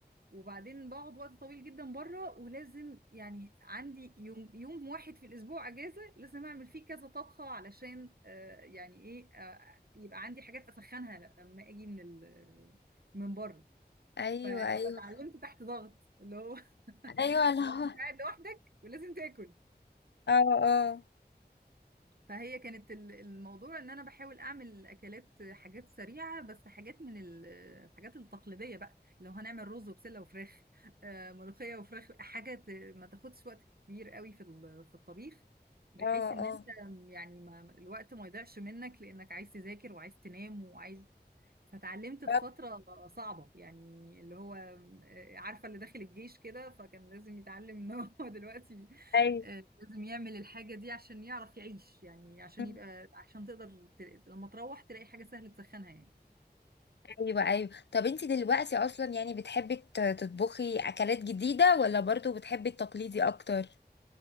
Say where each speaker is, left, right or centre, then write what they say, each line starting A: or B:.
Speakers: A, on the right (about 60°); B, on the left (about 85°).
A: وبعدين بقعد وقت طويل جدا بره ولازم يعني عندي يوم يوم واحد في الاسبوع اجازه لازم اعمل فيه كذا طبخه علشان آه يعني ايه آه يبقى عندي حاجات اسخنها لما اجي من ال من بره
B: ايوه
A: ف-
B: ايوه
A: فتعلمت تحت ضغط اللي هو <laughs>
B: ايوه اللي
A: اللي
B: هو
A: هو انت قاعد لوحدك ولازم تاكل
B: اه اه
A: فهي كانت ال- الموضوع ان انا بحاول اعمل اكلات حاجات سريعه بس حاجات من ال- الحاجات التقليديه بقى لو هنعمل رز وبسله وفراخ آه، ملوخيه وفراخ حاجه ت- ما تاخدش وقت كبير قوي في ال- في الطبيخ بحيث
B: اه
A: ان
B: اه
A: انت يعني ما الوقت ما يضيعش منك لانك عايز تذاكر وعايز تنام وعايز فتعلمت
B: طب
A: في فتره صعبه يعني اللي هو آه، عارفه اللي داخل الجيش كده فكان لازم يتعلم ان هو <laughs> دلوقتي
B: ايوه
A: آه، لازم يعمل الحاجة دي عشان يعرف يعيش يعني عشان
B: مم.
A: يبقى عشان تقدر ت- لما تروح تلاقي حاجة سهل تسخنها يعني
B: ايوه ايوه طب انت دلوقتي اصلا يعني بتحبي ت- تطبخي اكلات جديده ولا برضو بتحبي التقليدي اكتر